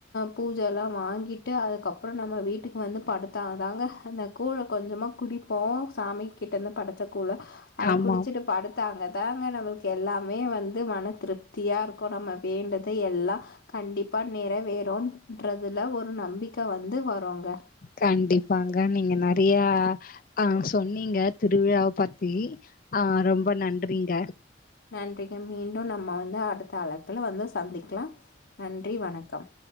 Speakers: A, on the left (about 70°); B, on the left (about 45°).
A: பூஜ எல்லா வாங்கிட்டு அதுக்கப்புற நம்ம வீட்டுக்கு வந்து படுத் தா தாங்க அந்த கூழ கொஞ்சமா குடிப்போ சாமி கிட்ட இருந்து படச்ச குல் ல அது
B: ஆமா
A: குடிச்சிட்டு படுத் தாங்க தாங்க நம்மளுக்கு எல்லாமே வந்து மன திருப்தியா இருக்கு நம்ம வேண்டது எல்லா கண்டிப்பா நிற வேறுன்றதுல ஒரு நம்பிக்க வந்து வருங்க
B: கண்டிப்பாங்க நீங்க நறைய ஆ சொன்னீங்க திருவிழாவ பத்தி ஆ ரொம்ப நன்றிங்க
A: நன்றி க மீண்டும் நம் நா வந்து அடுத்த அழைப்பில்ல வந்து சந்திக்கலா நன்றி வணக்கம்